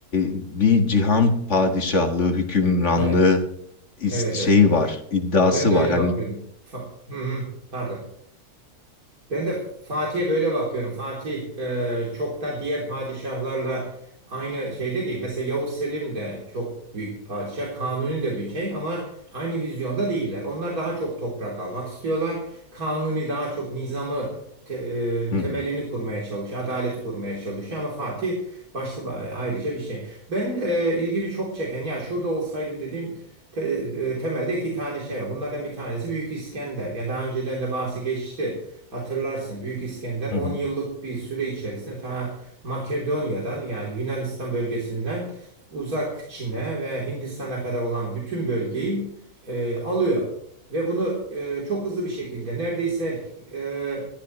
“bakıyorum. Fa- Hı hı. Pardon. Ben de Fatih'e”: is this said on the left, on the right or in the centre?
Right